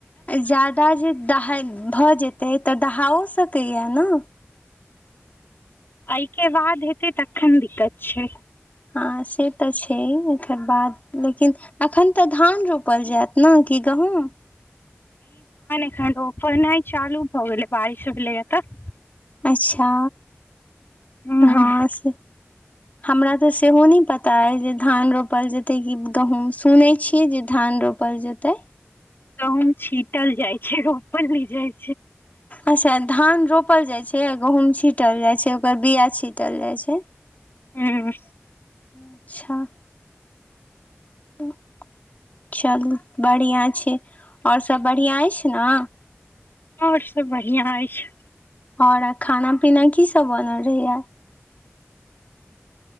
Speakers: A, on the left (about 35°); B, on the left (about 50°).
A: ज्यादा जे दहा भऽ जेतै तऽ दहाओ सकैया न
B: एहिके बाद हेतै तखन दिक्कत छै
A: हँ से तऽ छै एकर बाद लेकिन अखन तऽ धान रोप पल जायत ने कि गहूँम
B: अखन ओ रोपनाइ चालू भऽ गेलै बारिश हो गेलै तऽ
A: अच्छा
B: ह
A: हँ से हमरा तऽ सेहो नहि पता अछि जे धान रोपल जते कि गहूँं सुनै छियै जे धान रो रोपल जेतै
B: गहुंम छीटल जाइ छै रोपल नहि जाइ छै
A: अच्छा धान रोप छपल जाइ छै गहुॅँम छीटल जाय छै ओकर बिया छीटल जाय छै
B: हँ
A: अच्छा <unintelligible> चलू बढ़िआँ छै आओर सभ बढ़िआँ अछि न
B: आओर सभ बढ़िआँ अछि
A: आओर खाना पीना की सब बनल रहैय